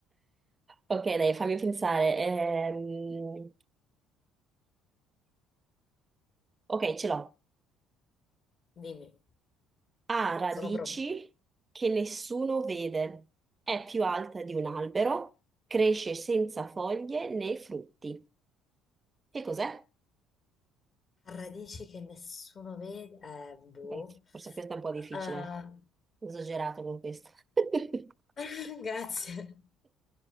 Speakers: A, on the right; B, on the left.
A: Ok, dai, fammi pensare. Ehm, ok, ce l'ho.
B: Dimmi,
A: Ha radici
B: sono pronta.
A: che nessuno vede. È più alta di un albero. Cresce senza foglie né frutti. Che cos'è?
B: Radici che nessuno vede, eh, boh.
A: Ok, forse questa è un po' difficile.
B: Eh,
A: Esagerato con questa. <laughs>
B: <laughs> grazie.